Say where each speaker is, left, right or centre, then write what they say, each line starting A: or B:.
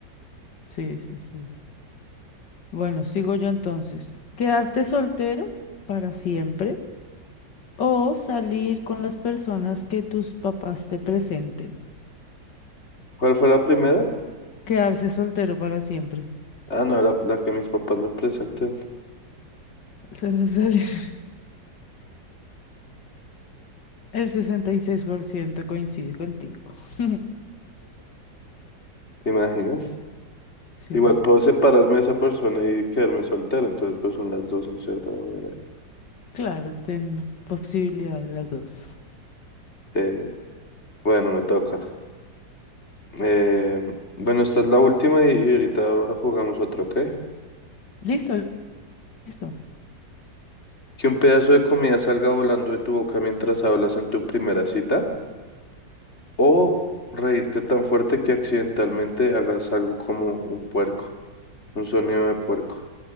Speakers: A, on the left; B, on the left.
A: Sí, sí, sí. Bueno, sigo yo entonces. ¿Quedarte soltero para siempre o salir con las personas que tus papás te presenten?
B: ¿Cuál fue la primera?
A: Quedarse soltero para siempre.
B: Ah, no, la, la que mis papás me presenten.
A: <laughs> Se me sale- <laughs> El 66% coincide contigo. <laughs>
B: ¿Te imaginas?
A: Sí,
B: Igual puedo separarme de esa persona y quedarme soltero, entonces pues son las dos en cierta manera.
A: claro, ten posibilidad de las dos.
B: Eh, bueno, me toca. Eh, bueno, esta es la última y, y ahorita jugamos otra, ¿ok?
A: Listo, listo.
B: Que un pedazo de comida salga volando de tu boca mientras hablas en tu primera cita. O reírte tan fuerte que accidentalmente hagas algo como un puerco, un sonido de puerco.